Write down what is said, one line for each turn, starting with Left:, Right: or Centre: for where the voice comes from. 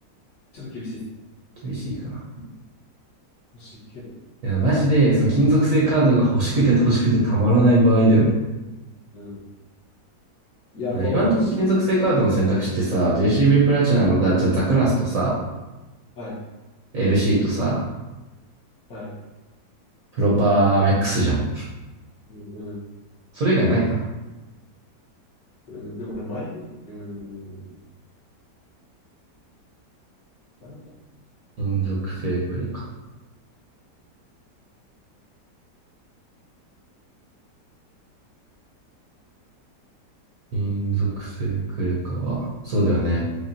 Left: ちょっと厳しいです。
Right: 厳しいかな。
Left: 欲しいけど。
Right: いや、マジで、その金属製カードが欲しくて欲しくてたまらない場合だよね。
Left: うん。いや、まあ俺も欲しい。
Right: 今のとこ金属製カードの選択肢ってさ、JCB プラチナの、だ、じゃあザクラスとさ、
Left: はい、
Right: LC とさ、
Left: はい。
Right: プロパーアメックスじゃん。
Left: うん、うん、
Right: それ以外ないかな。
Left: うんでも俺前に、うん、なんか、
Right: 金属製クレカ。金属製クレカは、そうだよね。